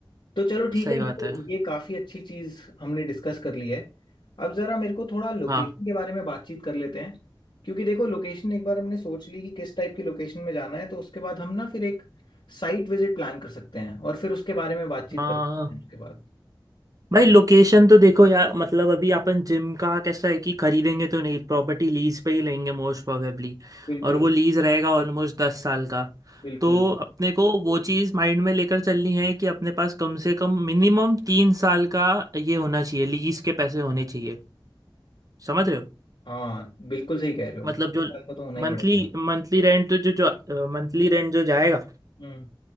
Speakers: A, on the left; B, on the right.
A: तो चलो ठीक
B: सही
A: है ये
B: बात है
A: ये काफ़ी अच्छी चीज़ हमने डिस्कस कर ली है अब ज़रा मेरे को थोड़ा लोकेशन
B: हाँ
A: के बारे में बातचीत कर लेते हैं क्योंकि देखो लोकेशन एक बार हमने सोच ली कि किस टाइप की लोकेशन में जाना है तो उसके बाद हम ना फिर एक साइट विजिट प्लान कर सकते हैं और फिर उसके बारे में बातचीत
B: हाँ
A: कर सकते
B: हाँ, हाँ।
A: हैं उसके बाद
B: भाई लोकेशन तो देखो यार मतलब अभी अपन जिम का कैसा है कि खरीदेंगे तो नहीं प्रॉपर्टी लीज पे ही लेंगे मोस्ट प्रोबेबली
A: बिल्कुल
B: और वो लीज रहेगा ऑलमोस्ट दस साल का
A: बिल्कुल
B: तो अपने को वो चीज़ माइंड में लेकर चलनी है कि अपने पास कम से कम मिनिमम तीन साल का ये होना चाहिए लीज के पैसे होने चाहिए समझ रहे हो
A: हाँ बिल्कुल सही कह रहे हो
B: मतलब जो
A: एक साल का तो होना ही
B: मंथली
A: पड़ेगा
B: मंथली रेंट तो जो जो मंथली रेंट जो जाएगा
A: हम्म